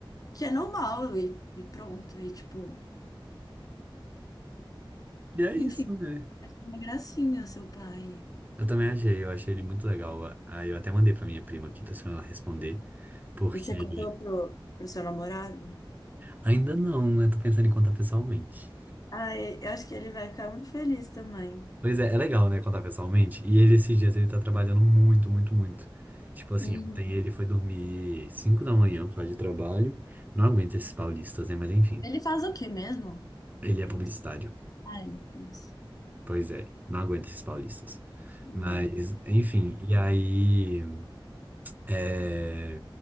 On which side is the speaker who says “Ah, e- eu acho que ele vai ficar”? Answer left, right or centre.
Left